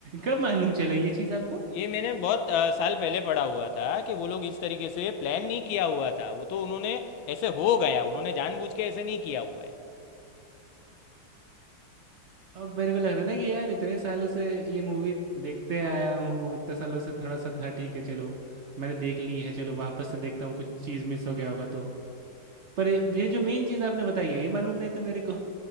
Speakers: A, on the right; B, on the left.
A: कब मालूम चला ये चीज़ आपको
B: ये मैंने बहुत अ, साल पहले पढ़ा हुआ था कि वो लोग इस तरीके से प्लान नहीं किया हुआ था वो तो उन्होंने ऐसे हो गया उन्होंने जानबूझ के ऐसे नहीं किया हुआ है
A: अब मेरे को लग रहा है ना कि यार इतने सालों से ये मूवी देखते आया हूँ इतने सालों से थोड़ा सा था ठीक है चलो मैंने देख ली है चलो वापस से देखता हूँ कुछ चीज़ मिस हो गया होगा तो पर ये ये जो मेन चीज़ आपने बताई है ये मालूम नहीं था मेरे को